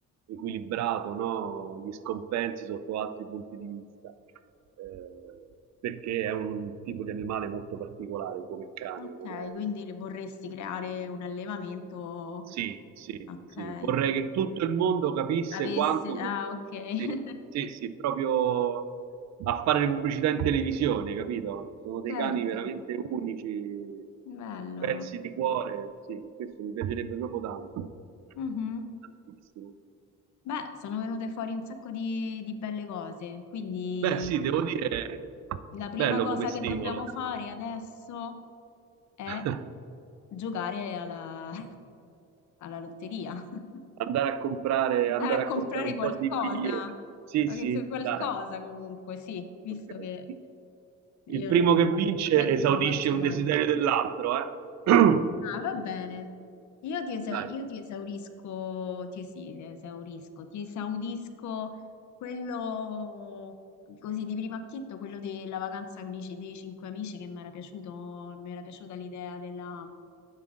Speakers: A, on the right (about 65°); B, on the left (about 70°).
A: equilibrato no? gli scompensi sotto altri punti di vista, eh, perché è un tipo di animale molto particolare come cane.
B: Ok,
A: Non è...
B: quindi
A: un-
B: le vorresti creare un allevamento.
A: Sì, sì,
B: Ok.
A: sì. Vorrei che tutto il mondo capisse
B: Avesse,
A: quanto...
B: ah, ok. <laughs>
A: Sì, sì, sì, proprio a fare le pubblicità in televisione, capito? Sono dei
B: Certo,
A: cani veramente unici,
B: bello.
A: pezzi di cuore, sì, questo mi piacerebbe proprio tanto,
B: Mhm.
A: tantissimo.
B: Beh, sono venute fuori un sacco di, di belle cose, quindi
A: Beh, sì, devo dire,
B: La prima
A: bello
B: cosa
A: come stimolo.
B: che dobbiamo fare adesso è
A: <laughs>
B: giocare alla, alla lotteria, <laughs>
A: Andare a comprare,
B: andare
A: andare
B: a comprare
A: a comprare un
B: qualcosa,
A: po' di biglietti. Sì,
B: qualche-
A: sì,
B: qualcosa
A: dai.
B: comunque, sì, visto
A: ok.
B: che io
A: Il primo
B: no,
A: che vince
B: normalmente
A: esaudisce
B: non lo faccio
A: un
B: noi.
A: desiderio dell'altro, eh? <clears throat>
B: Ah, va bene. Io ti, esa-
A: Dai,
B: io ti esaurisco, ti, esi- esaurisco, ti esaudisco quello così di primo acchitto, quello della vacanza con i ci- dei cinque amici che mi era piaciuto, mi era piaciuta l'idea della